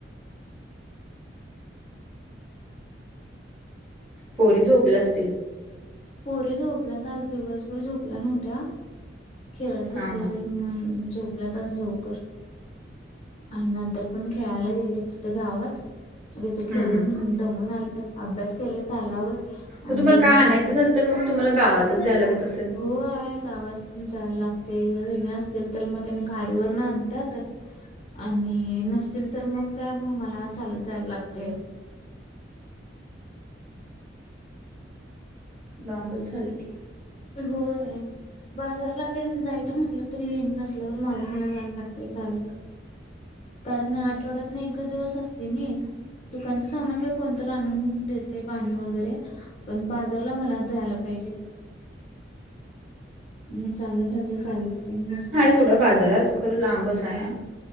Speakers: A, on the right; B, on the left.
A: पोरी झोपल्या असतील.
B: पोरे झोपल्यात आज दिवसभर झोपल्या नव्हत्या. खेळत बसलेले
A: हा हा
B: म्हणून झोपल्यात आज लवकर. आणि नंतर पण खेळायला गेल त तिथ गावात तिथे
A: हम्म
B: खेळलो
A: हम्म
B: दमून आल्यात. अभ्यास केल इत तालावर आणि
A: मग तुम्हाला
B: जेवन
A: काय
B: झोपल्यात.
A: आणायचं झालं तर मग तुम्हाला गावातच जायलागेत असेल.
B: हो आहे गावात जायला लागते हेेणे असतील तर मग त्यानी गाडीवर न आणतात. आणि नसतील तर मग काय म मला चालत जायला लागते.
A: लांबच झाले की,
B: अ होय, बाजारला ते जायचं म्हटलं तरी नसल्यावर मागला जायला लागते चालत. कारण आठवड्यात ना एकच दिवस असतोय नाही. दुकानचं सामान काय कोणतं आणून देते पाणी वगैरे. पण बाजारला मला जायला पाहिजे. म चालत जात चालत येते.
A: तेवढ्या बाजारात खरं लांबच आहे